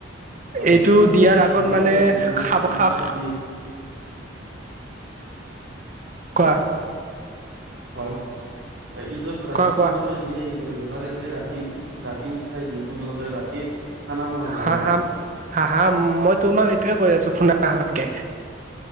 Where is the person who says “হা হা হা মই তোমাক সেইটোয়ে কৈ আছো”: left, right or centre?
Right